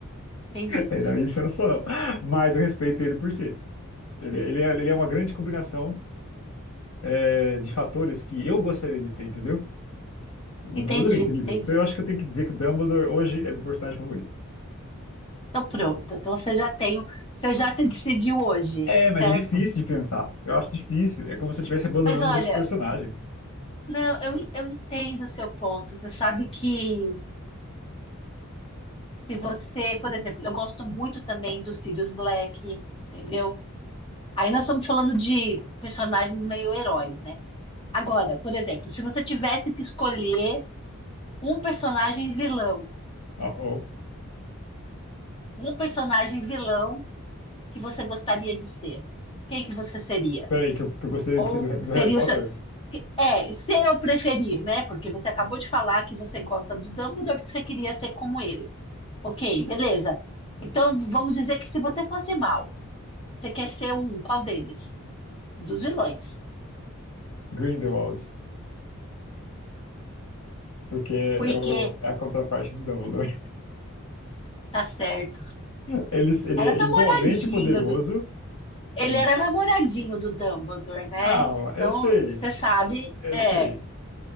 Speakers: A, on the left; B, on the left.
A: entendi,
B: É, Não, isso eu não sou, não. Mas eu respeito ele por si. Ele, ele, é, ele é uma grande combinação é, de fatores que eu gostaria de ser, entendeu? O
A: entendi,
B: Dumbledore é incrível.
A: entendi.
B: Então eu acho que eu tenho que dizer que o Dumbledore hoje é meu personagem favorito.
A: Então pronto, então você já tem, o- você já se decidiu hoje,
B: É, mas
A: certo?
B: é difícil de pensar. Eu acho difícil. É como se eu estivesse abandonando
A: Mas olha,
B: os outros personagens.
A: não, eu, eu entendo o seu ponto. Você sabe que se você, por exemplo, eu gosto muito também do Sirius Black, entendeu? Aí nós estamos falando de personagens meio heróis, né? Agora, por exemplo, se você tivesse que escolher um personagem vilão,
B: Oh, oh.
A: um personagem vilão que você gostaria de ser? Quem que você seria?
B: Peraí, que eu, que eu gostaria
A: Ou
B: de ser do,
A: seria
B: do Harry Potter?
A: o seu... É, ser eu preferir, né? Porque você acabou de falar que você gosta do Dumbledore porque você queria ser como ele. Ok, beleza. Então vamos dizer que se você fosse mal, você quer ser um qual deles? Dos vilões.
B: Grindelwald. Porque
A: Porque,
B: é, o, é a contraparte do Dumbledore.
A: tá certo.
B: <laughs> Ele, ele
A: Era
B: é
A: namoradinho
B: igualmente poderoso.
A: do. Ele
B: Aí.
A: era namoradinho do Dumbledore, né?
B: Ah,
A: Então,
B: eu sei.
A: você sabe,
B: Eu
A: é,
B: sei.